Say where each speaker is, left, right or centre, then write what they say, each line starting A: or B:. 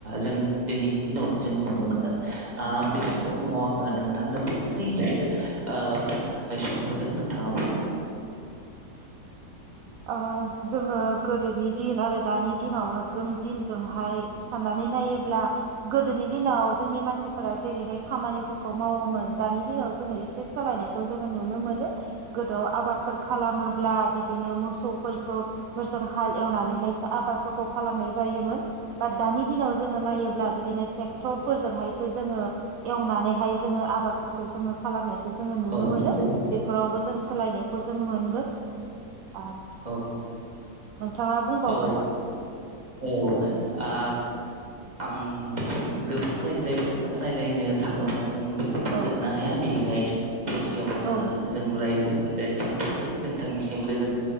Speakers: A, on the right; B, on the right.
A: जों दिनैनि दिनाव जों नुनो मोनदों ओ बे समाव आङो
B: औ
A: नोंथांनो फंनैसो बुंनो थाखाय सम होदों नोंथाङा बुंनो हाग
B: ओ जोङो गोदोनि दिन आरो दानि दिनाव जों दिनजोंहाय साननानै नायोब्ला गोदोनि दिनाव जोंनि मानसिफोरा जेरैहाय खामानिफोरखौ मावोमोन दानि दिनाव जोङो एसे सोलायनायखौ जोङो नुनो मोनो गोदो आबादफोर खालामोब्ला बिदिनो मोसौफोरखौ मोजां हाल एवनानैहायसो आबादफोरखौ खालामनाय जायोमोन दा दानि दिनाव जोङो नायोब्ला बिदिनो ट्रेक्टर फोरजोंहायसो जोङो एवनानैहाय जोङो आबादफोरख जोङो खालामनाय खौ जोङो नुनो
A: औ
B: मोनो
A: नंगौ
B: बेफोरावबो जों सोलायनायखौ जोङो मोनदों । अ
A: औ
B: नोंथाङा बुंबावगोन
A: औ
B: ना?
A: औ आ आं बिसे गोबां रायज्लायबाय जोङो रायज्लायनो थाङोब्ला जों बेखौ फोजोबनो
B: औ
A: हाया बिनिखाय बेसेयावनो
B: औ
A: जों रायज्लाय दे दोनथ'सै नोंथांनिसिम गोजोन